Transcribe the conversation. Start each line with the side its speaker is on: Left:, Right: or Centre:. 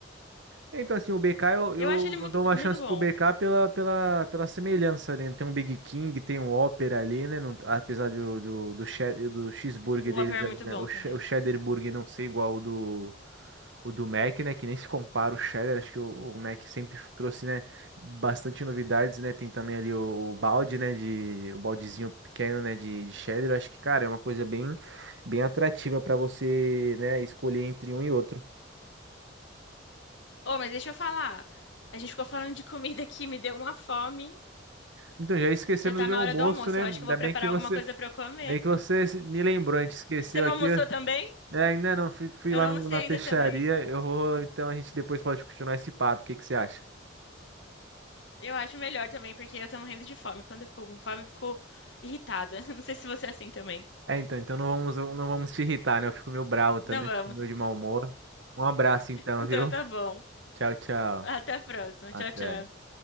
Right: Então, assim, o BK, eu, eu,
Left: Eu acho ele muito,
Right: eu dou uma
Left: muito
Right: chance
Left: bom.
Right: pro BK pela, pela, pela semelhança, né? Tem um Big King, tem um Opera ali, né? Não- apesar do, do, do, che- do cheeseburger
Left: O Whopper
Right: deles
Left: é
Right: ali,
Left: muito
Right: né?
Left: bom
Right: O, che-
Left: também.
Right: o cheddar burger não ser igual o do, o do Mac, né? Que nem se compara o cheddar. Acho que o, o Mac sempre trouxe, né? Bastante novidades, né? Tem também ali o, o balde, né? De, o baldezinho pequeno, né? De, de cheddar. Eu Acho que, cara, é uma coisa bem, bem atrativa para você, né? Escolher entre um e outro.
Left: Ô, mas deixa eu falar. A gente ficou falando de comida aqui, me deu uma fome.
Right: Então, já esquecendo
Left: Já tá
Right: do meu
Left: na
Right: almoço,
Left: hora do almoço.
Right: né?
Left: Eu
Right: Ainda
Left: acho que eu vou preparar
Right: bem que você,
Left: alguma coisa pra eu comer.
Right: bem que você se- me lembrou, a gente esqueceu
Left: Você não
Right: aqui.
Left: almoçou também?
Right: É, ainda não, fui, fui
Left: Eu
Right: lá
Left: não
Right: no-
Left: almocei
Right: na
Left: ainda
Right: peixaria.
Left: também.
Right: Eu vou, então a gente depois pode continuar esse papo. O que que você acha?
Left: Eu acho melhor também, porque eu tô morrendo de fome. Quando eu fico com fome, eu fico irritada. <laughs> Não sei se você é assim também.
Right: É, então, então não vamos, não vamos te irritar, né? Eu fico meio bravo também,
Left: Não vamos.
Right: fico meio de mau humor. Um abraço então,
Left: Então
Right: viu?
Left: tá bom.
Right: Tchau, tchau.
Left: Até a próxima.
Right: Até.
Left: Tchau, tchau.